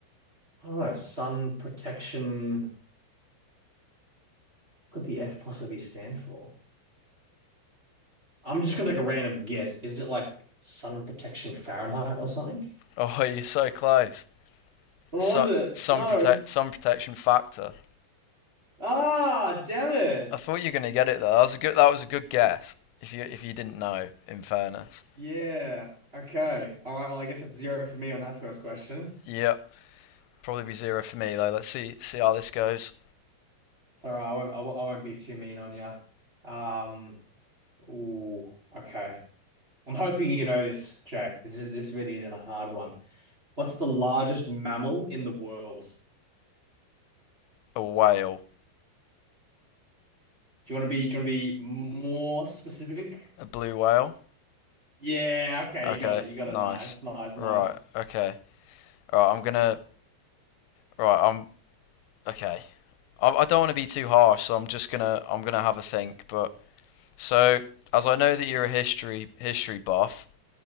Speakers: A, on the right (about 15°); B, on the left (about 85°).
A: I don't know, sun protection. What could the F possibly stand for? I'm just gonna take a random guess. Is it like sun protection Fahrenheit or something?
B: Oh, <laughs> you're so close.
A: What
B: So,
A: was it?
B: some
A: No.
B: protect, some protection factor.
A: Ah, damn it.
B: I thought you were gonna get it though. That was a good. That was a good guess. If you if you didn't know, in fairness.
A: Yeah. Okay. All right. Well, I guess that's zero for me on that first question.
B: Yep. Probably be zero for me though. Let's see see how this goes.
A: So I won't, I won't, I won't be too mean on you. Um. Ooh. Okay. I'm hoping you know this, Jack. This is this really isn't a hard one. What's the largest mammal in the world?
B: A whale,
A: Do you want to be? Do you want to be more specific?
B: a blue whale.
A: Yeah, okay,
B: Okay,
A: you got it. You got
B: nice.
A: it. Nice, nice, nice.
B: Right. Okay. All right. I'm gonna. Right. I'm okay. I, I don't want to be too harsh, so I'm just gonna I'm gonna have a think. But so as I know that you're a history history buff,